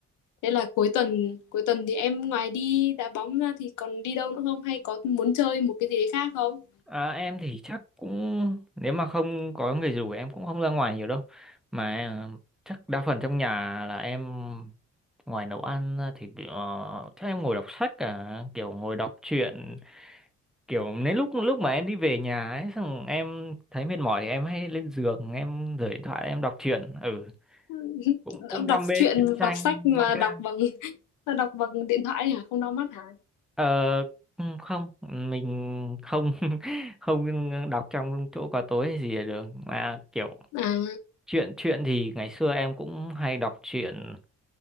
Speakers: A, on the left; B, in the centre.
A: Thế là cuối tuần cuối tuần thì em ngoài đi đá bóng ra thì còn đi đâu nữa không hay có muốn chơi một cái gì đấy khác không?
B: À, em thì chắc cũng nếu mà không có người rủ em cũng không ra ngoài nhiều đâu mà ờ, chắc đa phần trong nhà là em ngoài nấu ăn ra thì ờ, chắc em ngồi đọc sách cả kiểu ngồi đọc truyện kiểu nếu lúc lúc mà em đi về nhà ấy xong em thấy mệt mỏi thì em hay lên giường em rời điện thoại em đọc truyện ừ
A: <laughs>
B: cũng cũng đam
A: Đọc
B: mê
A: truyện,
B: truyện tranh
A: đọc sách mà
B: manga
A: đọc bằng <laughs> đọc bằng điện thoại hả? Không đau mắt hả?
B: Ờ, ừm, không, mình không <laughs> không đọc trong chỗ có tối hay gì là được. Mà kiểu
A: À,
B: truyện truyện thì ngày xưa em cũng hay đọc truyện